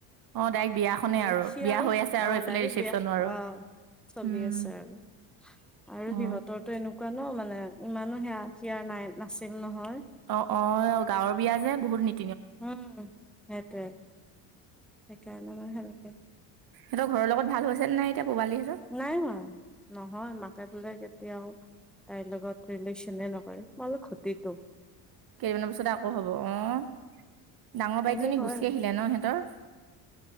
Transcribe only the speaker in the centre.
আৰু সি
আৰু
অ
ডাইৰেক্ট
বিয়া
আহ চলি
আছে আৰু, আৰু
সিহঁতৰ ত এনেকুৱা ন মানে ইমানো সেয়া সিয়া নাই নাছিল নহয়।
উম সেইটোৱে সেইকাৰণে মই ভালকে
নাই হোৱা, নহয় মাকে বোলে কেতিয়াও তাইৰ লগত ৰিলেশ্যনে এ নকৰে, মই বোলো ঘতি তো।
এনেই কয়
আৰু